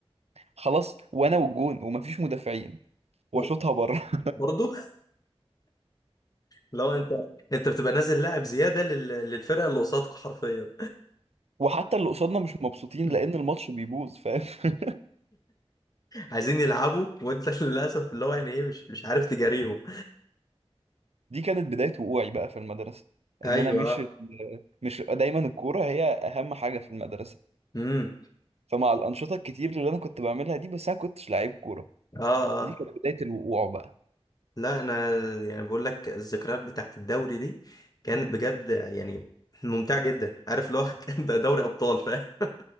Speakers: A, on the right; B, on the left.
A: خلاص وانا والجون ومفيش مدافعين واشوطها
B: و-
A: بره
B: برضو لو انت انت بتبقى نازل لاعب زياده لل... للفرقه اللي قصادك حرفيا
A: <laughs> وحتى اللي قصادنا مش مبسوطين
B: <laughs>
A: لان الماتش بيبوظ فاهم <laughs>
B: عايزين يلعبوا وانت <laughs> للاسف اللي هو يعني ايه مش مش عارف تجاريهم
A: دي كانت بداية وقوعي بقى في المدرسة
B: ايوه
A: ان انا مش مش دايما الكورة هي اهم حاجة في المدرسة
B: امم
A: فمع الانشطة الكتير اللي انا كنت بعملها دي بس انا كنتش لعيب كورة
B: اه
A: دي
B: اه
A: كانت بداية الوقوع بقى
B: لا انا يعني بقول لك الذكريات بتاعت الدوري دي كانت بجد يعني ممتعه جدا عارف اللي هو <laughs> كان ده دوري ابطال فاهم <laughs>